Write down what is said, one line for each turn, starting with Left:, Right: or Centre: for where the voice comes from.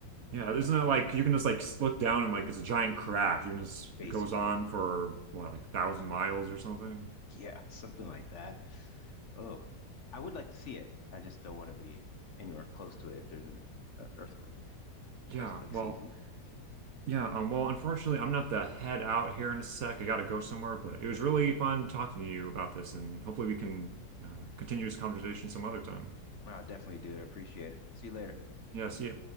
Right: Yeah,
Left: mm,
Right: isn't it like you can just like look down and like it's a giant crack. You can just
Left: basically.
Right: it goes on for what like thousand miles or something.
Left: <laughs> Yeah, something like that. Oh, I would like to see it. I just don't want to be anywhere close to it if there's an uh, earthquake,
Right: Yeah,
Left: earthquake
Right: well,
Left: season.
Right: yeah, um, well, unfortunately, I'm gonna have to head out here in a sec. I gotta go somewhere, but it was really fun talking to you about this, and hopefully we can uh, continue this conversation some other time.
Left: I'll definitely do it. I appreciate it. See you later.
Right: Yeah, see ya.